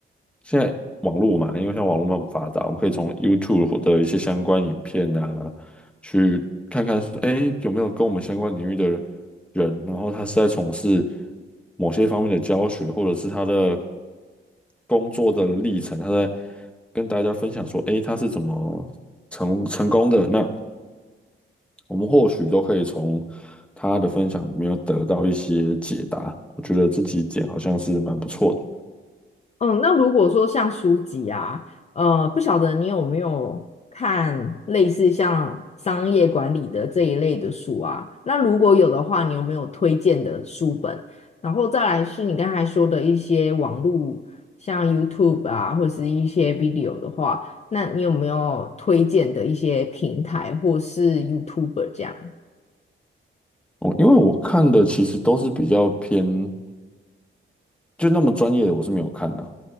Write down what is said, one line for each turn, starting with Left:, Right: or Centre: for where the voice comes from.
Centre: 现在网络嘛，因为像网络那么发达，我们可以从 YouTube 的一些相关影片啊，去看看说，哎，有没有跟我们相关领域的人，然后他是在从事某些方面的教学，或者是他的工作的历程，他在跟大家分享说，哎，他是怎么成成功的，那我们或许都可以从他的分享里面得到一些解答。我觉得这几点好像是蛮不错的
Left: 嗯，那如果说像书籍啊，呃，不晓得你有没有看类似像商业管理的这一类的书啊？那如果有的话，你有没有推荐的书本？然后再来是你刚才说的一些网络，像 YouTube 啊，或是一些 video 的话，那你有没有推荐的一些平台或是 YouTuber 这样？
Centre: 哦，因为我看的其实都是比较偏，就那么专业的我是没有看的、